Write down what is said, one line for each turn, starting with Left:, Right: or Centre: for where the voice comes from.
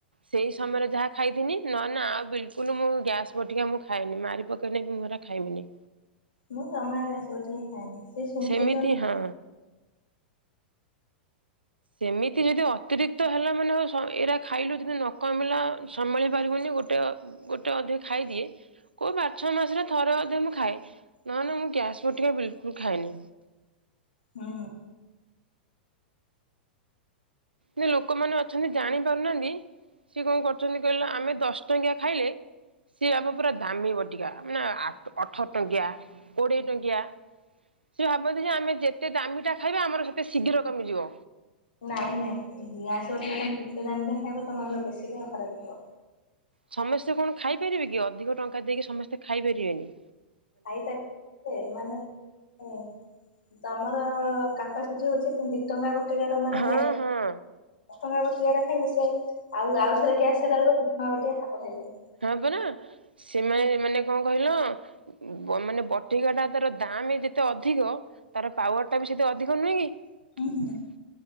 Right: ସେଇ ସମୟରେ ଯାହା ଖାଇଥିନି ନ ନା ଆଉ ବିଲ୍କୁଲ୍ ମୁଁ ଗ୍ୟାସ୍ ବଟିକା ମୁଁ ଖାଇନି ମାରି ପକେଇଲେ ବି ମୁଁ ହେରା ଖାଇବିନି।
Left: ମୁଁ ଜମା ବି ଗ୍ୟାସ୍ ବଟିକା ଖାଏନି। ସେ ଶୁଣ୍ଠି
Right: ସେମିତି
Left: ଜ
Right: ହଁ। ସେମିତି ଯଦି ଅତିରିକ୍ତ ହେଲା ମାନେ ଅ ସ ଏଇରା ଖାଇଲୁ ଯଦି ନ କମିଲା ସମ୍ଭାଳି ପାରିବୁନି ଗୋଟେ ଅ ଗୋଟେ ଅଧେ ଖାଇଦିଏ। କୋଉ ବାର୍ ଛଅ ମାସରେ ଥରେ ଅଧେ ମୁଁ ଖାଏ ନହେଲେ ମୁଁ ଗ୍ୟାସ୍ ବଟିକା ବିଲ୍କୁଲ୍ ଖାଏନି।
Left: ହୁଁ।
Right: ଯୋଉ ଲୋକମାନେ ଅଛନ୍ତି ଜାଣିପାରୁନାହାନ୍ତି ସିଏ କଣ କରୁଚନ୍ତି କହିଲ ଆମେ ଦଶ ଟଙ୍କିଆ ଖାଇଲେ। ସିଏ ବାପ ପୁରା ଦାମୀ ବଟିକା ମାନେ ଆଟ୍ ଅଠର ଟଙ୍କିଆ। କୋଡିଏ ଟଙ୍କିଆ। ସେ ଭାବନ୍ତି ଯେ ଆମେ ଯେତେ ଦାମିଟା ଖାଇବା ଆମର ସେତେ ଶୀଘ୍ର କମିଯିବ।
Left: ନାଇଁ ନାଇଁ ଏଇ ଗ୍ୟାସେ ବଟିକାଟା ଯେତେ ଦାମିକିଆ ଖାଇବ ତମର ବେଶୀ ଦେହ ଖରାପେ ହବ।
Right: ସମସ୍ତେ କଣ ଖାଇପାରିବେ କି ଅଧିକ ଟଙ୍କା ଦେଇକି ସମସ୍ତେ ଖାଇ ପାରିବେନି।
Left: ଖାଇପାରିବେ ମାନେ। ହାଲୋ ତମର କାପାସିଟି ହଉଚି ତମେ ଦି ଟଙ୍କାର। ସେଠିକାର ମାନେ
Right: ହଁ
Left: ଗ୍ୟା ଆଠ
Right: ହଁ
Left: ଟଙ୍କିଆ ଦଶ ଟଙ୍କିଆରା ଖାଇଲେ ଶୋ ଆଉ ଆଉ ଥରେ ଗ୍ୟାସ୍ ବଟିକା ଟା ଖାଇଲେ <unintelligible> ବଟିକା ଖାପ ଖାଇବନି।
Right: ହଁ ପରା ସେମାନେ ମାନେ କଣ କହିଲ। ବନ୍ ମାନେ ବଟିକା ଟା ତାର ଦାମେ ଯେତେ ଅଧିକ। ତାର ପାୱାର ଟା ବି ସେତେ ଅଧିକ ନୁହେଁ କି।
Left: ହୁଁ ହୁଁ